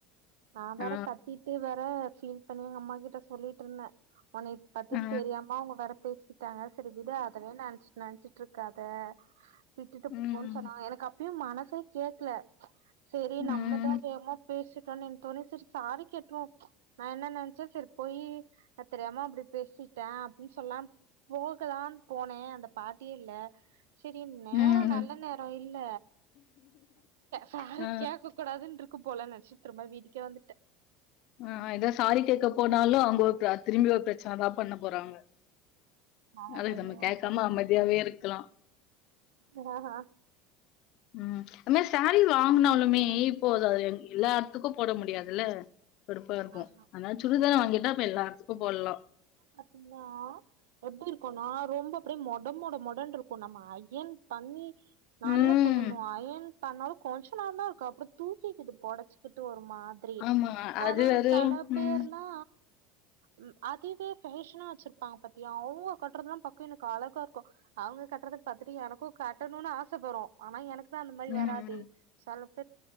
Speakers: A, on the right (about 85°); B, on the left (about 60°).
A: நா வேற
B: ஆ,
A: கத்திட்டு வேற பீல் பண்ணி எங்க அம்மா கிட்ட சொல்லிட்டு இருந்தே ஒனை பத்தி
B: ஆ.
A: தெரியாம அவங்க வேற பேசி டாங்க சேரி விடு அதனயே நெனச்சட்டு நெனைச்சிட்டு ட்டு இருக்காத விட்டுட்டு
B: ம்,
A: போன்னு சொன்னாங்க எனக்கு அ இப்பயு மனசே கேக்கல சேரி
B: ம்,
A: நம்மதா வேமா பேசிட்டோன்னு தோனி சேரி சாரி கேட்ருவோ நா என்ன நெனைச்சே சேரி போயி நா தெரியாம அப்டி பேசிட்டே அப்டின்னு சொல்லா போகலான்னு போனே அந்த பாட்டியே இல்ல சேரி நேர
B: ம்.
A: நல்ல நேர இல்ல சாரி
B: ஆ,
A: கேட்க கூடாதுன்னு இருக் க்கு போலனு நெனச்ச திரும்ப வீட் இங்க வந்துட்டு
B: ஆஆ ஏதே சாரி கேட்க போனாலு அவங்க ஒரு பிர திரும்பி ஒரு பிரச்ச சன தா பண்ண போறாங்க
A: அதனால
B: அதுக்கு நம்ம கேட்காம அமைதியாவே இருக்கலா
A: அ ஆஹ் ஆஹ்
B: உம் ஆனா சாரீ வாங்கனாலுமே ம் போதாது எல்லா எடத்துக்கும் போட முடியாதுல்ல கடுப்பா இருக்கும்.
A: ஆஹா
B: அதனால சுடிதார் வாங்கிட்டா இப்ப எல்லா இடத்துக்கும் போடலாம்.
A: பாத்தீங்கன்னா எப்டி இருக்கும்னா ரொம்ப அப்டியே மொட மொட மொடன்னு இருக்கும் நம்ம அயன் பண்ணி நல்ல
B: ம்.
A: பண்ணணு அயன் பனாலும் கொஞ்ச நேர தா இருக்கு அப்ற தூக்கிக்கு து பொடச்சுகிட்டு ஒரு மாதிரி
B: ஆமா.
A: ஆனா
B: அது அது
A: சல பேர்னா
B: ம்,
A: ம் அதுவே பேஃபேஷனா வச்சிருப்பாங்க பத்திய அவங்க கட்றதுல்லா பாக்க எனக்கு அழகா இருக்கும் அவங்க கட்டுறது பத்தட்டு எனக்கும் கட்டணும்னு ஆசப்பட்றோ ஆனா எனக் கு தா அந்த மாரி
B: ம்.
A: வராதே சலு <unintelligible>